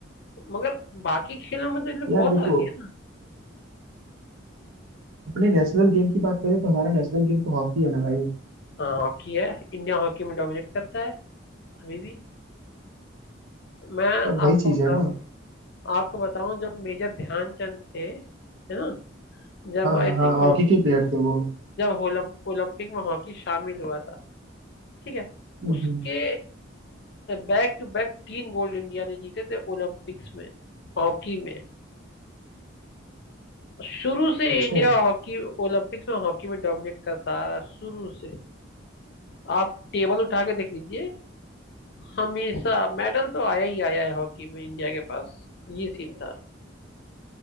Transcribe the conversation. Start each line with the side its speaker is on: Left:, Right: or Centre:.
Left: मगर बाकी खेलों में तो ये लोग
Right: यार
Left: बहुत
Right: देखो
Left: आगे हैं ना
Right: अपने नेशनल गेम की बात करें तो हमारा नेशनल गेम तो हॉकी है ना भाई
Left: हाँ हॉकी है इंडिया हॉकी में डोमिनेट करता है अभी भी मैं
Right: तब
Left: आपको
Right: वही चीज
Left: बताऊं
Right: है ना
Left: आपको बताऊं जब मेजर ध्यानचंद थे है ना जब
Right: हाँ
Left: आई
Right: हाँ हाँ
Left: थिंक
Right: हॉकी के प्लेयर थे वो
Left: जब ओलम, ओलंपिक में हॉकी शामिल हुआ था ठीक है
Right: हम्म
Left: उसके
Right: हम्म।
Left: बैक टू बैक तीन गोल्ड इंडिया ने जीते थे ओलंपिक्स में हॉकी में शुरू से
Right: अच्छा
Left: इंडिया हॉकी ओलंपिक्स में हॉकी में डोमिनेट करता आ रहा है, शुरू से आप टेबल उठा के देख लीजिए हमेशा मेडल तो आया ही आया है हॉकी में इंडिया के पास ये सीन था